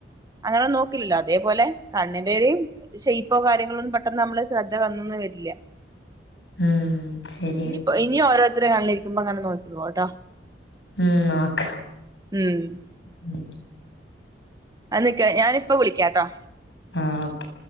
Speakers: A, on the right; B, on the left.
A: അങ്ങനെന്നു നോക്കില്ലല്ലോ അതേപോലെ കണ്ണിന്റെയും. ശെയ്പ്പോ കാര്യങ്ങളൊന്നും പെട്ടെന്ന് നമ്മള് ശ്രദ്ധ വന്നൊന്നും വരില്ല.
B: ഉം ശെരിയാ.
A: ഇനി ഇനി ഓരോത്തര കണ്ണിലിരിക്കുമ്പോ അങ്ങനെ നോക്കികോട്ടോ.
B: ഉം നോക്ക.
A: ഉം
B: ഉം
A: അ നിക്ക് ഞാനിപ്പോ വിളിക്കാട്ടോ.
B: ആഹ് ഓകെ.